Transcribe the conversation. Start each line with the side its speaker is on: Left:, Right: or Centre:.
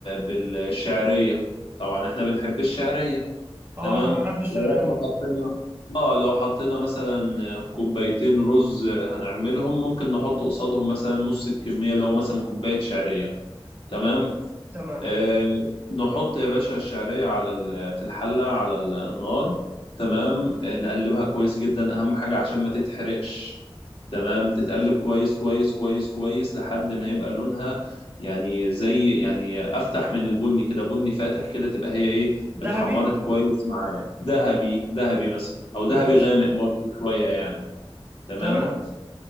Left: بالشعرية طبعا احنا بنحب الشعرية
Right: اه
Left: تمام
Right: انا ما بحبش الشعريه
Left: لو احنا
Right: موت
Left: حطينا اه لو حطينا مثلا كوبايتين رز هنعملهم ممكن نحط قصادهم مثلا نص الكمية اللي هو مثلا كوباية شعرية تمام
Right: تمام
Left: آه، نحط يا باشا الشعرية على ال- في الحلة على النار تمام آه، نقلبها كويس جدا أهم حاجة عشان ما تتحرقش تمام تتقلب كويس كويس كويس كويس لحد ما يبقى لونها يعني زي يعني أفتح من البني كده بني فاتح كده تبقى هي إيه اتحمرت
Right: ذهبي
Left: كويس معايا ذهبي ذهبي مثلا أو ذهبي
Right: ماشي
Left: غامق برضو شوية يعني تمام
Right: تمام